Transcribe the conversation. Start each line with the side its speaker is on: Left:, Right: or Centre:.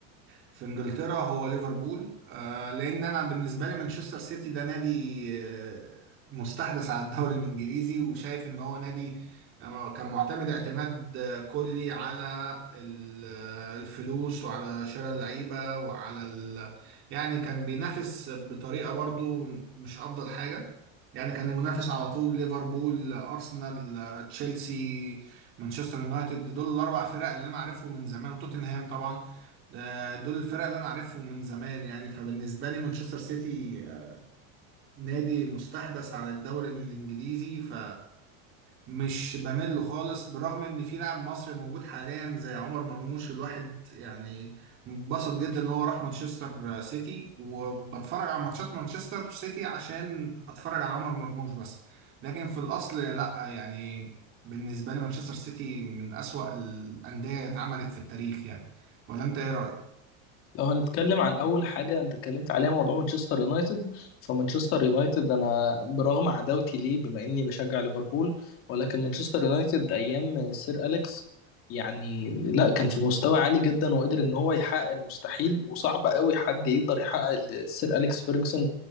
Right: في انجلترا هو ليفربول آه، لان انا بالنسبه لي مانشستر سيتي ده نادي آه، مستحدث على الدوري الانجليزي وشايف ان هو نادي آه، كان معتمد اعتماد آه، كلي على ال- آه، الفلوس وعلى شراء اللعيبه وعلى ال... يعني كان بينافس بطريقه برضو مش افضل حاجه يعني كان المنافس على طول ليفربول ارسنال آه، تشيلسي مانشستر يونايتد دول الاربع فرق اللي انا عارفهم من زمان وتوتنهام طبعا آه، دول الفرق اللي انا عارفهم من زمان يعني فبالنسبه لي مانشستر سيتي آه، نادي مستحدث على الدوري الانجليزي ف مش بمل له خالص بالرغم ان في لاعب مصري موجود حاليا زي عمر مرموش الواحد يعني انبسط جدا ان هو راح مانشستر سيتي وبتفرج على ماتشات مانشستر سيتي عشان اتفرج على عمر مرموش بس لكن في الاصل لا يعني بالنسبة لي مانشستر سيتي من اسوأ الاندية اتعملت في التاريخ يعني ولا انت ايه رأيك؟
Left: لو هنتكلم عن اول حاجه انت اتكلمت عليها موضوع مانشستر يونايتد فمانشستر يونايتد انا برغم عداوتي ليه بما اني بشجع ليفربول ولكن مانشستر يونايتد ايام سير اليكس يعني لا كان في مستوى عالي جدا وقدر ان هو يحقق المستحيل وصعب قوي حد يقدر يحقق اللي سير اليكس فيرجسون